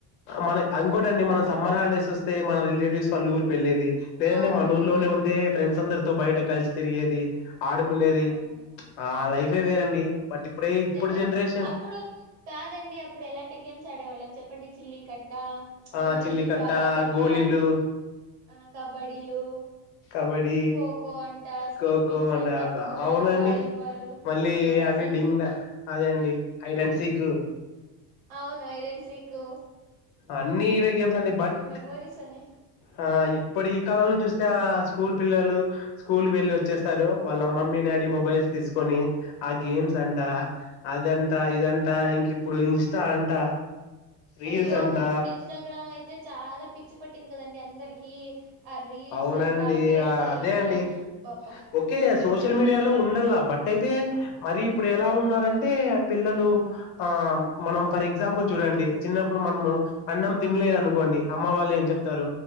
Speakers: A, on the left (about 85°); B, on the right (about 60°).
A: మన ఇంకోటి అండి మనం సమ్మర్ హాలిడేస్ వస్ తె మన రిలేటివ్స్ వాళ్ళు ఊరి పెళ్ళది లేదంటే
B: అవును
A: మన ఊరులోనే
B: మరి
A: ఉంటే ఫ్రెండ్స్ అందరు తో బయట కలిసి తిరిగేది ఆడుకునేది
B: ఆ అవును
A: ఆ లైఫే వేరండి బట్ ఇప్పుడే
B: నిజంగానే
A: ఇప్పుడు జనరేషన్
B: అప్పుడు కాదండి అప్పుడు ఎలాంటి గేమ్స్ ఆడేవాళ్ళం చెప్పండి చిల్లి కట్ కట్ట ప్చ్
A: ఆ
B: మ మళ్ళీ
A: చిల్లికట్ట
B: బార కట్ట
A: గోళీలు
B: ఆ కబడ్డీలు
A: కబడ్డీ
B: ఖోఖో అంట స్కిప్పింగ్స్
A: ఖోఖో అంటే
B: అంట
A: అవ్-
B: ఫుట్బాలు
A: అవునండి
B: వాలీబాలు
A: మళ్ళీ
B: అయ్యో అసలు
A: అవి డింగ్ డ అదే అండి హైట్ అండ్ సీక్
B: అవును ఐడెన్ సీకు
A: అన్ని ఇవే గేమ్స్ అండి బట్
B: మెమోరీస్ అని
A: ఆ ఇప్పడు ఈ కాలంలో చూస్తే ఆ స్కూల్ పిల్లలు స్కూల్కి వెళ్ళి వచ్చేస్తారు వాళ్ళ మమ్మీ డాడీ మొబైల్స్ తీసుకొని ఆ గేమ్స్ అంట అదంట ఇదంట ఇంక ఇప్పుడు ఇన్స్టా అంట రీల్స్
B: అయ్యో
A: అంట
B: ఇప్ ఇప్పుడు ఇన్స్టాగ్రామ్ అయితే చాలా పిచ్చి పట్టింది కదండి అందరికి ఆ రీల్స్
A: అవునండి.
B: అంట అవి అంటే
A: ఆ!
B: ట
A: అదే
B: యివి
A: అండి.
B: అబబా
A: ఓకే సూ సోషల్ మీడియాలో ఉండల్లా బట్ అయితే మరి ఇప్పుడు ఎలా ఉన్నారంటే పిల్లలు ఆ అ మనం ఫర్ ఎగ్జాంపుల్ చూడండి చిన్నప్పుడు మనము అన్నం తినలేదు అనుకోండి అమ్మ వాళ్ళు ఏం చెప్తారు